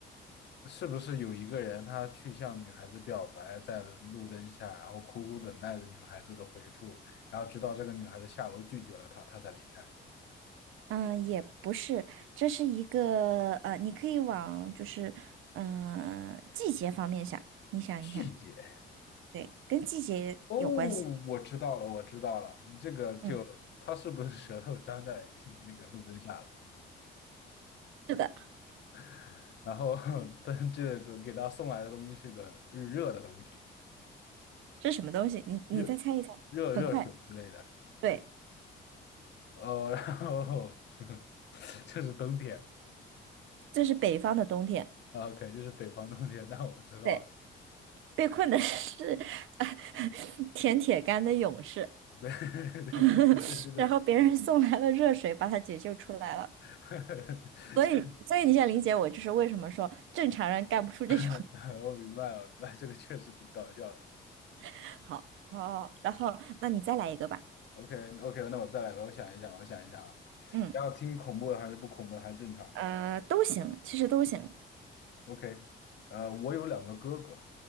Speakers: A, on the left; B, on the right.
A: 是不是有一个人他去向女孩子表白，在路灯下，然后苦苦等待着女孩子的回复，然后直到这个女孩子下楼拒绝了他，他才离开。
B: 嗯，也不是，这是一个呃，你可以往就是，嗯、季节方面想，你想一想，
A: 拒绝。
B: 对，跟季节有关系。
A: 哦，我知道了，我知道了，你这个就他是不是舌头粘在挺那个路灯下了？
B: 嗯，是的，
A: <laughs> 然后，但这个给他送来的东西是个热的东西，
B: 这是什么东西？你你再猜一猜，
A: 热热热水之类的。
B: 很快，对，
A: 呃，然后 <laughs> 这是冬天
B: 这是北方的冬天，
A: 啊，OK，这是北方冬天，那我知道了。
B: 对，被困的是 <laughs> 舔铁杆的勇士。
A: 对 <laughs>
B: <laughs>
A: 对，这个
B: 然后别人送来了热水，把他解救出来了。
A: <laughs>
B: 所以，
A: 这个
B: 所以你现在理解我，就是为什么说正常人干不出这种。
A: <laughs>，我明白了，<laughs> 明白，这个确实挺搞笑的。
B: <laughs> 好，好，好，然后那你再来一个吧。
A: OK OK，那我再来吧，我想一想，我想一想啊，
B: 嗯，
A: 要听恐怖的还是不恐怖的还是正常的
B: 呃，都行，其实都行。
A: ？OK，呃，我有两个哥哥，